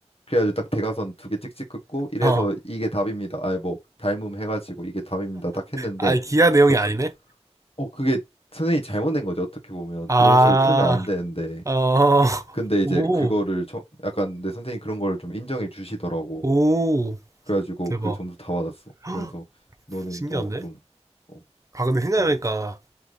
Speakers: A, on the left; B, on the right.
A: 그래가지고 딱 대각선 두 개 찍찍 긋고 이래서
B: 어.
A: 이게 답입니다. 아니 뭐 닮음 해가지고 이게 답입니다. 딱 했는데
B: 아니, 기아 내용이
A: 그게,
B: 아니네?
A: 어 그게 선생님이 잘못된 거지 어떻게 보면
B: 아,
A: 그런 식으로 풀면 안 되는데
B: 어,
A: 근데 이제
B: 오,
A: 그거를 정- 약간 내 선생님 그런 걸 좀 인정해 주시더라고.
B: 오,
A: 그래가지고
B: 대박.
A: 그 점수 다 받았어.
B: <gasps>
A: 그래서 너는
B: 신기한데?
A: 어 좀 어,
B: 아, 근데 생각해보니까,
A: 되게